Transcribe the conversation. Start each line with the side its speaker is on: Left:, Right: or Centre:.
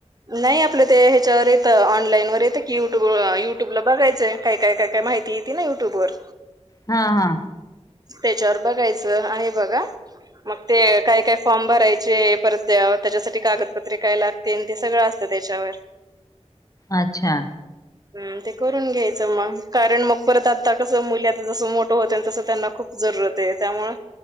Right: नाय आपलं ते ह्याच्यावर येतं ऑनलाईन वर येतं की युट्यूब युट्यूबला बघायचं काय काय काय काय माहि ती इती ना युट्यूबवर
Left: हा हा
Right: त्याच्यावर बघायचं आहे बघा मग ते काय काय फॉर्म भरायचे परत त्याव त्याच्यासाठी कागदपत्रे काय लाग तेन ते सगळं असतं त्याच्यावर
Left: अच्छा
Right: हम्म ते करून घ्यायचं मग कारण मग परत आत्ता कसं मुली आता जसं मोठं होत्याल तसं त्यांना खूप जरूरत आहे त्यामुळं